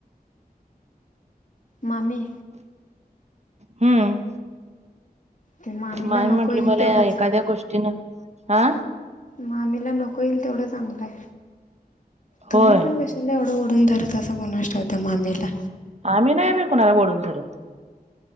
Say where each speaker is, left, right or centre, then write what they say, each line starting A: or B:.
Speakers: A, on the left (about 50°); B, on the right (about 45°).
A: मामी.
B: हम्म.
A: ते मामीला
B: माय
A: नको
B: म्हंटले
A: येईल
B: मला
A: तेवढं
B: एखाद्या
A: चांगलं
B: गोष्टीनं हा.
A: मामीला नको येईल तेवढं चांगलंय तुम्ही
B: होय
A: पण क तिला एवढं ओडून धरत असा गुणाष्टतव त्या मामीला.
B: आम्ही नाही मी कुणाला ओडून धरत.